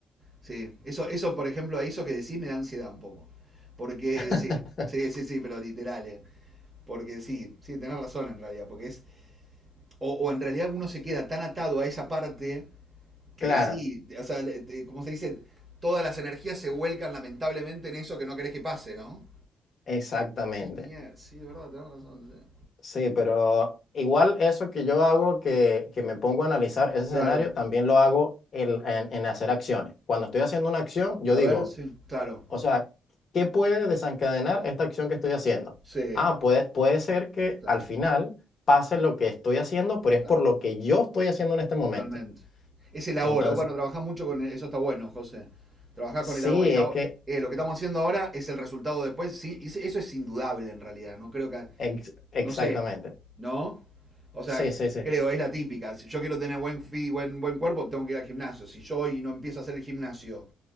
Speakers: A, on the right; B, on the left.
A: Sí, eso, eso, por ejemplo, a eso que decís me da ansiedad un poco. Porque
B: <laughs>
A: sí, sí, sí, sí, pero literal, ¿eh? Porque sí, sí, tenés razón en realidad, porque es... O, o en realidad uno se queda tan atado a esa parte que
B: Claro,
A: sí, o sea, como se dice, todas las energías se vuelcan lamentablemente en eso que no querés que pase, ¿no?
B: exactamente.
A: Qué mierda, sí, de verdad, tenés razón. Sí.
B: Sí, pero igual eso que yo hago, que, que me pongo a analizar ese escenario,
A: Claro,
B: también lo hago el- en, en hacer acciones. Cuando estoy haciendo una acción, yo
A: a
B: digo,
A: ver, sí, claro,
B: O sea, ¿qué puede desencadenar esta acción que estoy haciendo?
A: sí,
B: Ah, puede, puede ser que
A: claro,
B: al final pase lo que estoy haciendo, pero es
A: claro,
B: por lo que yo estoy haciendo en este momento.
A: totalmente. Es el ahora,
B: Entonces,
A: oh, bueno, trabajás mucho con el- eso, está bueno, José. Trabajás
B: sí,
A: con el ahora, es
B: es
A: ahora-
B: que,
A: eh, lo que estamos haciendo ahora es el resultado después, sí, es- eso es indudable en realidad, no creo que
B: ex- exactamente.
A: No sé, ¿no? O sea,
B: Sí, sí, sí,
A: creo, es la típica. Si yo quiero tener buen, fi- buen, buen cuerpo, tengo que ir al gimnasio. Si yo hoy no empiezo a hacer el gimnasio